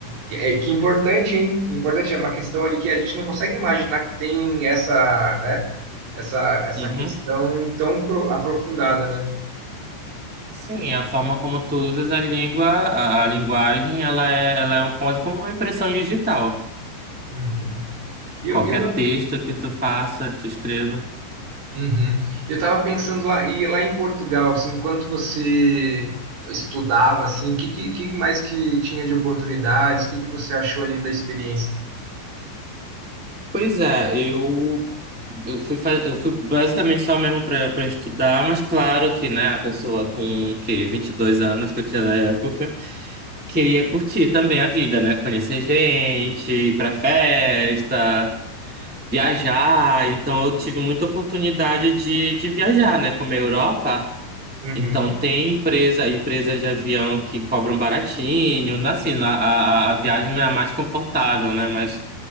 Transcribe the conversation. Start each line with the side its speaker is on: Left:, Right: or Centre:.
Right: que, é, que importante, hein? Importante, é uma questão ali que a gente não consegue imaginar que tem essa, né? Essa, essa
Centre: Uhum.
Right: questão tão pro- aprofundada, né?
Centre: Sim, a forma como tu usas a língua, a, a linguagem, ela é, ela é uma coisa como uma impressão digital.
Right: Uhum. E,
Centre: Qualquer
Right: e uma
Centre: texto que tu faça, que tu escreva.
Right: Uhum. Eu estava pensando lá, e lá em Portugal, assim, enquanto você estudava, assim, o que, que, que mais que tinha de oportunidades? O que, que você achou ali da experiência?
Centre: Pois é, eu eu fui fa- eu fui basicamente só mesmo para para estudar, mas claro que, né, a pessoa com que 22 anos que eu tinha na época, queria curtir também a vida, né, conhecer gente, ir para festa, viajar, então eu tive muita oportunidade de de viajar, né, como a Europa.
Right: Uhum.
Centre: Então, tem empresa, empresas de avião que cobram baratinho, né? assim, na- a, a, a viagem não é a mais confortável, né? Mas